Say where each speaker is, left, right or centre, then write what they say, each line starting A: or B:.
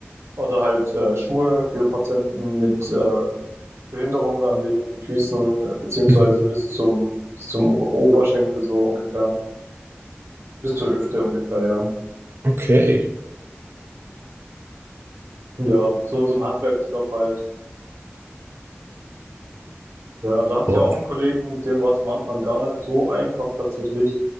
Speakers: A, on the right (about 80°); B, on the right (about 60°).
A: oder halt äh, Schuhe für Patienten mit äh, Behinderungen an den Füßen, äh, beziehungsweise
B: Mhm.
A: bis zum, bis zum O- Oberschenkel so ungefähr, bis zur Hüfte ungefähr, ja.
B: Okay.
A: Ja, so, so ein Handwerksjob halt. Ja, da hatte
B: Boah,
A: ich auch einen Kollegen, mit dem war es am Anfang gar nicht so einfach tatsächlich.